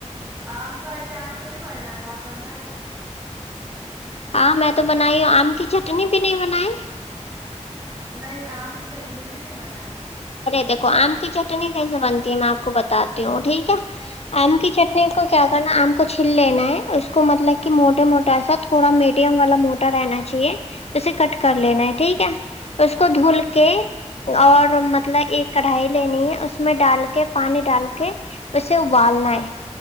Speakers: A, on the right (about 15°); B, on the left (about 55°).
A: آم کا اچار تو نہیں بنا ہے ہو آپ بنائے ہو کیا
B: ہاں میں تو بنائی ہوں آم کی چٹنی بھی نہیں بنائے
A: نہیں آم کی چٹنی بھی نہیں بنائے
B: دیکو آم کی چٹنی کیسے بنتی ہے میں آپ کو بتاتی ہوں ٹھیک ہے آم کی چٹنی کو کیا کرنا آم کو چل لینا ہے اس کو مطلب کہ موٹا موٹا سا تھوڑا میڈیم والا موٹا رہنا چاہیے اسے کٹ کر لینا ہے ٹھیک ہے اس کو دھل کے اور مطلب ایک کڑھائی لینی ہے اس میں ڈال کے پانی ڈال کے اسے ابالنا ہے